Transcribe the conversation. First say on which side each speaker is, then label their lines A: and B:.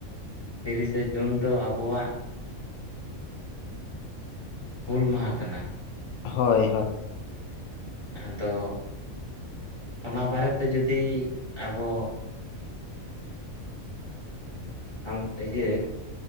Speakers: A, on the left (about 20°); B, on the left (about 80°).
A: ᱛᱤᱨᱤᱥᱮ ᱡᱩᱱ ᱫᱚ ᱟᱵᱚᱣᱟᱜ ᱦᱩᱞ ᱢᱟᱦᱟᱸ ᱠᱟᱱᱟ ᱾
B: ᱦᱳᱭ -ᱦᱳᱭ ᱾
A: ᱟᱫᱚ ᱚᱱᱟ ᱵᱟᱨᱮᱛᱮ ᱡᱩᱫᱤ ᱟᱵᱚ ᱟᱢ ᱤᱭᱟᱹ